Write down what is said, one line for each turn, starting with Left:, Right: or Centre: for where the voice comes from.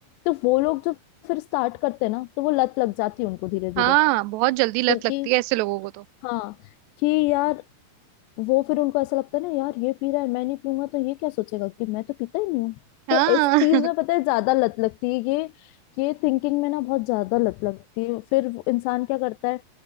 Left: तो वो लोग जो फिर स्टार्ट करते हैं ना तो वो लत लग जाती है उनको धीरे धीरे
Right: हाँ बहुत जल्दी लत
Left: क्योंकि
Right: लगती है ऐसे लोगों को तो
Left: हाँ कि यार वो फिर उनको ऐसा लगता है ना यार ये पी रहा है मैं नहीं पीऊंगा तो ये क्या सोचेगा कि मैं तो पीता ही नहीं हूँ
Right: हाँ
Left: तो इस चीज
Right: <laughs>
Left: में पता है ज्यादा लत लगती है ये ये थिंकिंग में ना बहुत ज्यादा लत लगती है फिर वो इंसान क्या करता है